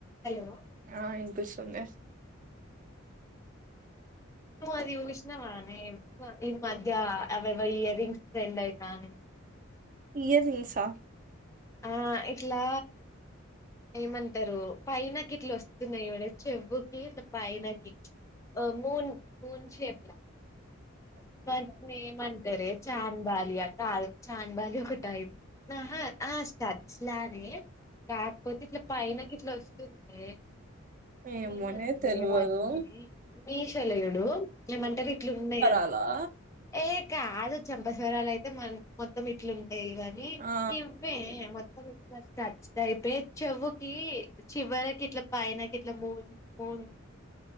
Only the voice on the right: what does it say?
ఆ ఇన్పిస్తుంది.
ఇయర్ రిస్సా
ఏమోనే
తెల్వదు
అలా
ఆ